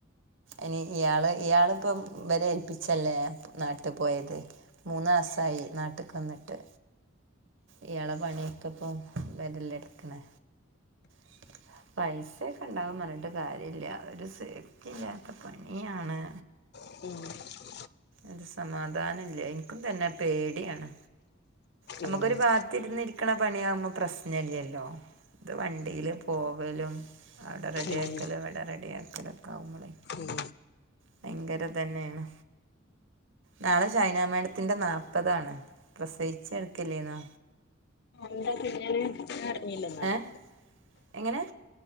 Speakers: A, on the right; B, on the left.
A: ഇനി ഇയാള് ഇയാളി പ്പം ഇവരെ ഏൽപ്പിച്ചല്ലേ നാട്ട്പോയത്. മൂന്നാസായി നാട്ട്ക്ക് വന്ന്ട്ട്. ഇയാളെ പണിയൊക്കെ പ്പം വരല്ലൊ ഇട്ക്കണ്. <unintelligible> പൈസയൊക്കെ ണ്ടാകുന്ന് പറഞ്ഞിട്ട് കാര്യമില്ല ഒരു സേഫ്റ്റി ല്ലാ ത്ത പണിയാണ്.
B: <inaudible>
A: ഒരുസമാധാനും ല്ല എനിക്കും തന്നെ പേടിയാണ് നമുക്കൊരു
B: ഉം
A: ബാ ത്തിരുന്നിരിക്കണ പണിയാവുമ്പോ പ്രശ്നല്ലല്ലോ. ഇത് വണ്ടില് പോവലും. ഔ ടൊ റെഡി
B: ഉം
A: ആക്കലും ഇവടെറെഡി ആക്കലൊക്കാ വുമ്പളേ.
B: ഉം.
A: ഭയങ്കര ഇതന്നെഎണ്. നാളെ സയ്നാ മേഡത്തിൻ്റെ നാൽപ്പതാണ് പ്രസവിച്ച് ടക്കകല് യ് നോ.
B: എന്താ പിന്നല് ഞാർഞ്ഞില്ലന്നറയും.
A: ഏ എങ്ങനെ.